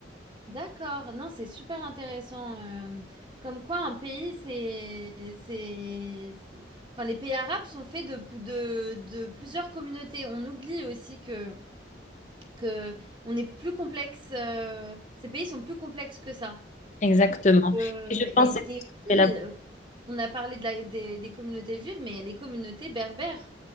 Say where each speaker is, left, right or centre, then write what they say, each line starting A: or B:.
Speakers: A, on the right; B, on the left.
A: D'accord, non, c'est super intéressant. euh, comme quoi, un pays, c'est, c'est, c'est- enfin, les pays arabes sont faits de, de, de plusieurs communautés. On oublie aussi que, que on est plus complexe. euh, ces pays sont plus complexes que ça.
B: Exactement.
A: Euh,
B: Et je
A: et,
B: pense que
A: et aussi,
B: c'est là.
A: euh, on a parlé de la- des, des communautés juives, mais il y a les communautés berbères